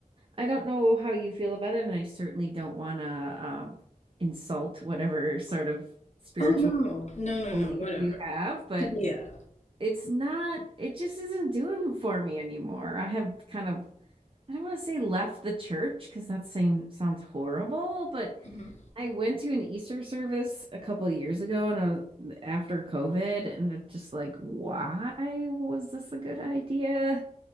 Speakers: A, on the right; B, on the left.
A: I don't know how you feel about it, and I certainly don't want to um, insult whatever sort of spiritual
B: Oh no, no, no,
A: belief
B: no, whatever.
A: you have, but
B: Yeah,
A: it's not, it just isn't doing it for me anymore. I have kind of, I don't want to say left the church because that same sounds horrible, but
B: mhm.
A: I went to an Easter service a couple of years ago and I was, after COVID, and it's just like, why was this a good idea?